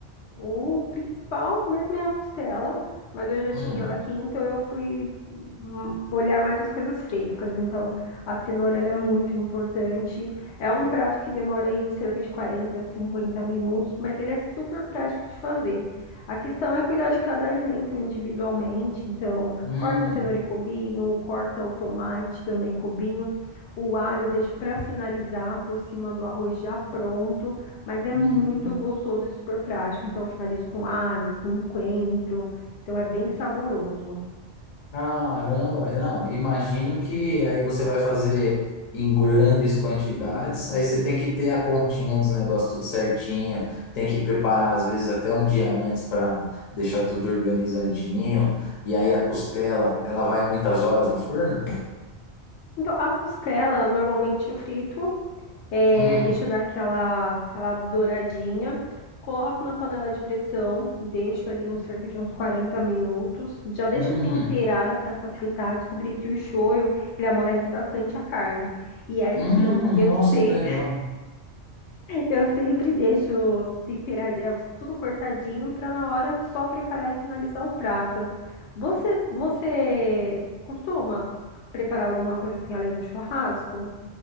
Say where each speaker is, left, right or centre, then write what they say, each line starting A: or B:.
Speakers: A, on the left (about 80°); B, on the left (about 50°).
A: O principal mesmo é a costela, mas eu já
B: Hum,
A: tinha ela aqui, então eu fui hum, olhar mais as coisas frescas. Então, a cenoura ela é muito importante. É um prato que demora aí cerca de 40, 50 minutos, mas ele é super prático de fazer. A questão é cuidar de cada alimento individualmente. Então,
B: hum,
A: corta a cenoura em cubinho, corta o tomate também em cubinho. O alho deixo para finalizar por cima do arroz já pronto. Mas é
B: hum.
A: muito gostoso e super prático. Então, eu finalizo com alho, com coentro. Então, é bem saboroso.
B: Caramba, não, imagino que aí você vai fazer em grandes quantidades, aí você tem que ter a continha dos negócios tudo certinho, tem que preparar às vezes até um dia antes para deixar tudo organizadinho, e aí a costela, ela vai muitas horas no forno?
A: Então, a costela, normalmente eu frito, é,
B: Hum,
A: deixo dar aquela, aquela douradinha, coloco na panela de pressão, deixo ali uns cerca de uns 40 minutos, já deixo
B: hum,
A: temperada para facilitar. Descobri que o shoyu, ele amolece bastante a carne. E aí
B: hum,
A: sim, eu
B: nossa,
A: sei
B: que legal.
A: Eu sempre deixo temperar, é, os- tudo cortadinho para na hora só preparar e finalizar o prato. Você, você costuma preparar alguma coisa assim além do churrasco?